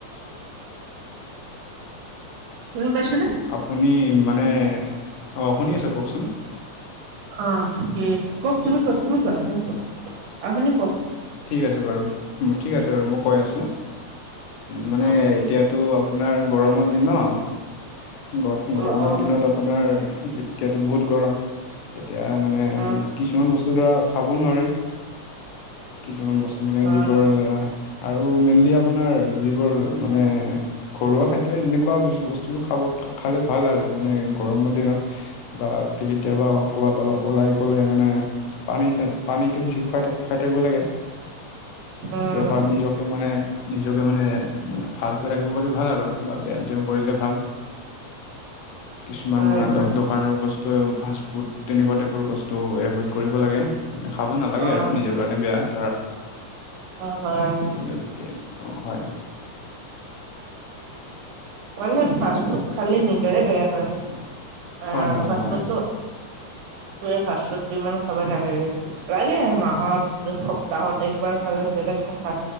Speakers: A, on the right (about 75°); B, on the left (about 75°).
A: শুনা পাইছানে?
B: আপুনি মানে অ' শুনি আছোঁ কওঁকচোন।
A: অ' কি কওঁক, তুমি কোৱা, তুমি কোৱা, তুমি কোৱা, আপুনি কোৱা।
B: ঠিক আছে বাৰু, ঠিক আছে বাৰু। মই কৈ আছোঁ মানে
A: অ
B: এতিয়াতো আপোনাৰ গৰমৰ দিন ন গৰমৰ
A: অ অ
B: দিনত আপোনাৰ এতিয়াতো বহুত গৰম। এতিয়া মানে
A: অ
B: কিছুমান বস্তু ধৰা খাব নোৱাৰি। কিছুমান বস্তু মানে
A: হয়
B: যিবোৰ ধৰা আৰু মেইনলি আপোনাৰ যিবোৰ মানে ঘৰুৱা খাদ্য এনেকুৱা বস্তুবোৰ খাব খালে ভাল আৰু মানে গৰমৰ দিনত বা কেতিয়াবা ক'বাত ওলাই গ'লে মানে পানী চা পানীতটো বেছিকৈ খাই থা খাই থাকিব লাগে।
A: উম
B: এতিয়া ভাল নিজকে মানে নিজকে মানে মানে ভালকৈ ৰাখিব পাৰি ভাল আৰু বা ব্যায়াম চ্যাম কৰিলে ভাল। কিছুমান
A: হয়
B: মানে
A: হয়
B: দোকানৰ বস্তু ফাষ্ট ফুড তেনেকুৱা টাইপৰ বস্তু এইভয়ৈদ কৰিব লাগে মানে খাব নালাগে
A: অ
B: আৰু নিজৰ কাৰণে বেয়া।
A: অ' হয়।
B: তেনেকে অ' হয়।
A: মানে ফাৰ্ষ্ট ফুড খালে নিজৰে বেয়া হয়।
B: হয়
A: আহ
B: হয়
A: ফাৰ্ষ্ট
B: হয়
A: ফুডটো তই ফাৰ্ষ্ট ফুডটো ইমান খাব নালাগে লাগে মাহত সপ্তাহত একবাৰ খালে বেলেগ কথা।